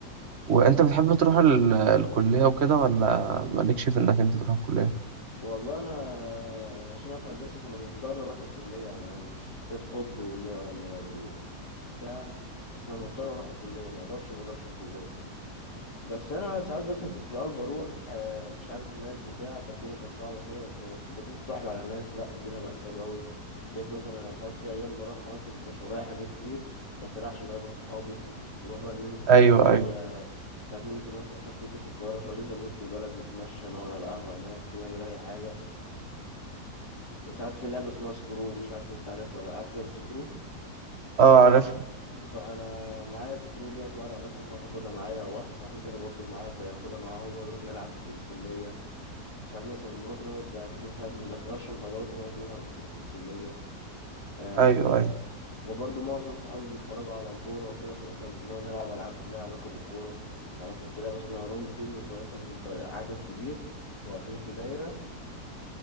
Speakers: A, on the left; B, on the right.
A: مم.
B: وأنت بتحب تروح ال- الكلية وكده ولا مالكش في إنك أنت تروح الكلية؟
A: والله انا عشان أنا في هندسه فانا مضطر اروح الكليه يعني انا مش كانت حب ولا ولا بتاع بس انا مضطر اروح الكليه ما اقدرش ما اروحش الكليه بس انا ساعات بس كنت في الاول بروح آه، مش عارف الناس بتاع فالدنيا كانت صعبه شويه بس لما بديت اتصاحب على ناس لا الدنيا بقت حلوه قوي بقيت مثلا انا ساعات في ايام بروحها مثلا مبيبقاش ورايا حاجات كتير بس لا عشان اقابل صحابي نروح بقى ننزل بعد
B: أيوه
A: الكليه
B: أيوه
A: ساعات ننزل مثلا عشان كنت في القاهره فننزل وسط البلد نتمشى نقعد على قهوه هناك نعمل اي حاجه ساعات في لعبة اسمها سكرو مش عارف انت عارفها ولا لأ. عارف لعبة سكرو
B: أه عارف
A: فانا معايا سكرو ديت ورق مثلا ساعات اخدها معايا او واحد صاحبي تاني برضه معاه فياخدها معاه هو نروح نلعب في الكلية ساعات مثلا نروح نقعد على فكرة ساعات ما بنحضرش محاضرات ونقعد نلعب سكرو في الكلية آه
B: أيوه أيوه
A: وبرضه معظم صحابي بيتفرجوا على كورة وكده فمثلا بنقعد نلعب ألعاب لها علاقة بالكورة يعني مثلا في لعبة اسمها روندو دي بنبقى مثلا نبقى عدد كبير واقفين في دايرة